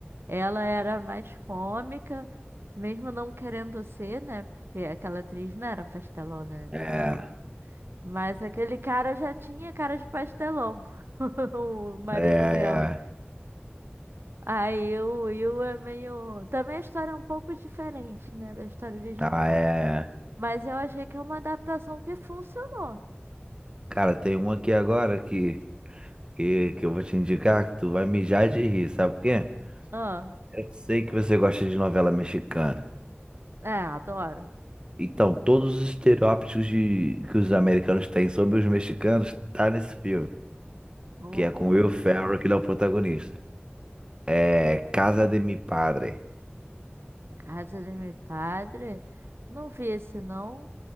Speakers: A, on the right; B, on the right.
A: Ela era mais cômica, mesmo não querendo ser, né? Porque aquela atriz não era pastelona, né, do
B: É,
A: antigo. Mas aquele cara já tinha cara de pastelão, <laughs> o marido
B: é,
A: dela.
B: é.
A: Aí o Will é meio. Também a história é um pouco diferente, né, da história original.
B: Ah, é.
A: Mas eu achei que é uma adaptação que funcionou.
B: Cara, tem um aqui agora que, que, que eu vou te indicar que tu vai mijar de rir, sabe por quê?
A: Ah,
B: Eu sei que você gosta de novela mexicana.
A: é, adoro.
B: Então, todos os estereótipos de, que os americanos têm sobre os mexicanos tá nesse filme,
A: Oh,
B: que é com Will Ferrell, que ele é o protagonista. É Casa de Mi Padre.
A: Casa de meu padre. Não vi esse, não.